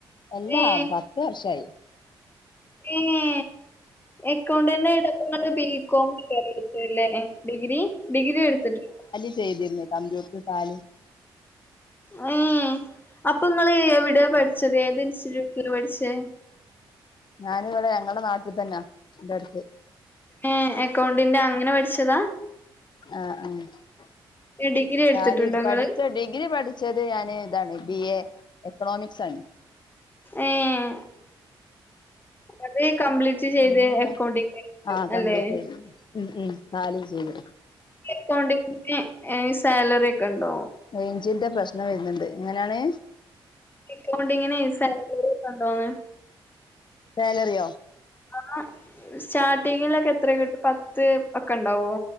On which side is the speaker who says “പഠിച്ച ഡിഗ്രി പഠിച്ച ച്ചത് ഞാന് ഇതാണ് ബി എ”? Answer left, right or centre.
Left